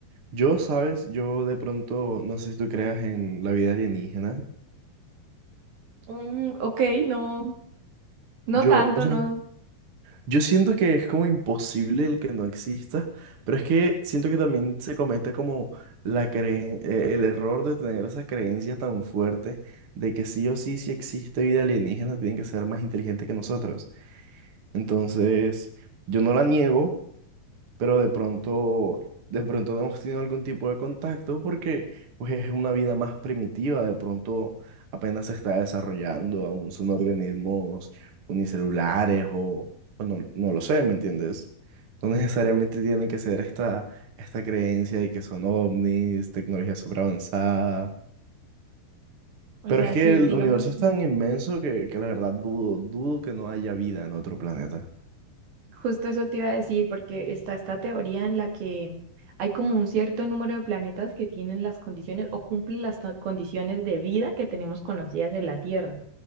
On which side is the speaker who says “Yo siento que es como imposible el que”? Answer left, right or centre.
Right